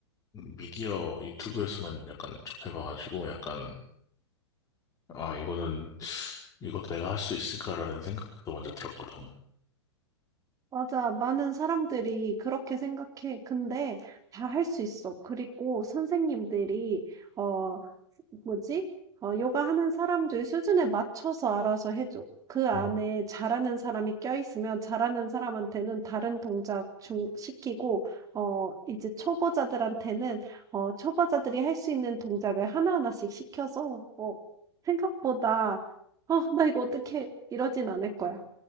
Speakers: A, on the left (about 25°); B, on the right (about 25°).
A: 미디어 유튜브에서만 약간 접해봐가지고 약간 아 이거는 이것도 내가 할 수 있을까라는 생각부터 먼저 들었거든.
B: 맞아, 많은 사람들이 그렇게 생각해. 근데 다 할 수 있어. 그리고 선생님들이, 어, 뭐지? 어, 요가 하는 사람들 수준에 맞춰서 알아서 해줘. 그 안에
A: 음.
B: 잘하는 사람이 껴있으면 잘하는 사람한테는 다른 동작 좀 시키고, 어, 이제 초보자들한테는, 어, 초보자들이 할 수 있는 동작을 하나하나씩 시켜서, 어, 생각보다, 어, <laughs> 나 이거 어떻게 이러진 않을 거야.